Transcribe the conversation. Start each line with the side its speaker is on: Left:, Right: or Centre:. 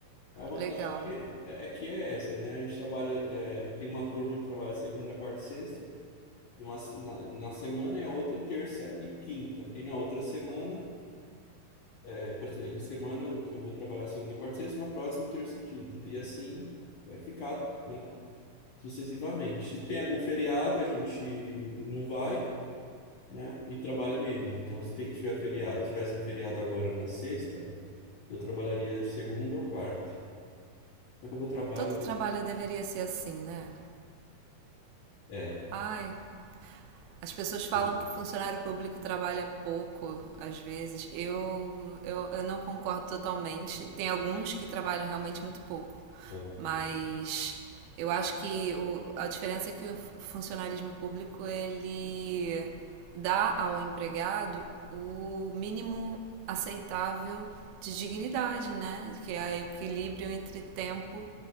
Left: A vantagem
Right: legal.
Left: é, é que é essa, né? A gente trabalha, é, tem uma turma que trabalha segunda, quarta e sexta, numa, se- na, na semana, e a outra terça e quinta. E na outra semana, é, por exemplo, essa semana eu, eu vou trabalhar segunda, quarta e sexta, na próxima terça e quinta. E assim vai ficar, né? sucessivamente. Se tem algum feriado, a gente não vai, né? E trabalha menos. Então, se tem- tiver feriado, tivesse um feriado agora na sexta, eu trabalharia de segunda ou quarta. Só que o meu trabalho
Right: Todo trabalho deveria ser assim, né?
Left: é,
Right: Ai, As pessoas falam
Left: ele-
Right: que funcionário público trabalha pouco, às vezes. Eu, eu, eu não concordo totalmente. Tem alguns que trabalham realmente muito pouco.
Left: é,
Right: Mas eu acho que o, a diferença é que o funcionalismo público ele dá ao empregado o mínimo aceitável de dignidade, né? Que é o equilíbrio entre tempo